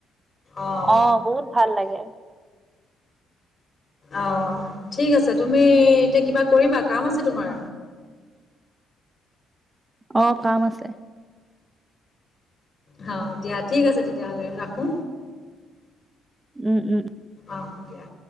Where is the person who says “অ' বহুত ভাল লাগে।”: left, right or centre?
Right